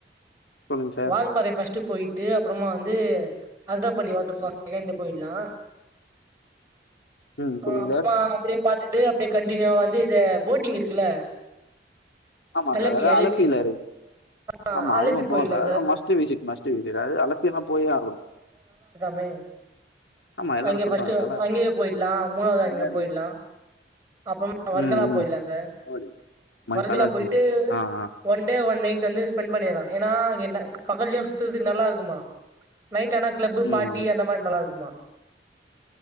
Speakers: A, on the left; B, on the right.
A: சொல்லுங்க சார்
B: வால்பறை பஸ்ட்டு போயிட்டு அப்பறமா வந்து ஆத்தரப்பள்ளி வாட்டர் பால்ஸ் அங்கெருந்து போயிட்லா
A: ம் சொல்லுங்க
B: ஆ அம்மா
A: சார்
B: அப்டியே பாத்துட்டு அப்டியே கண்டினியூவா வந்து இது போட்டிங் இருக்குல்ல
A: ஆமா
B: அலப்பி
A: சார் அதா
B: அலப்பி
A: அளப்பில இருக்கு
B: ஆ
A: ஆமா
B: அலப்பி
A: அதுவும்
B: போயிட்லா
A: போணும் sir must visit must visit அது அளத்தியலா போயே ஆகணு
B: பெ
A: ஆமா எல்லாரு
B: அங்கே
A: சொல்றாங்க
B: பஸ்ட்டு
A: நல்லா இருக்கு.
B: அங்கேயே போயிட்லா மூணாவது
A: வெங்காரியம்.
B: அங்க போயிட்லா அப்பறம் வர்களா
A: ம் ம்
B: போயலா சார்
A: ஆவடி மை
B: ஒர்க்லா
A: ஃபாதர்ஸ்
B: போயிட்டு
A: மிரர் ஆ ஆ
B: ஒன் டே ஒன் நைட் வந்து ஸ்பெண்ட் பண்ணிலா ஏன்னா ன பகல்லயு சுத்துறதுக்கு நல்லாருக்குமா நைட் ஆனா கிளப்பு
A: ம்
B: பாட்டி அந்த மாரி நல்லாருக்குமா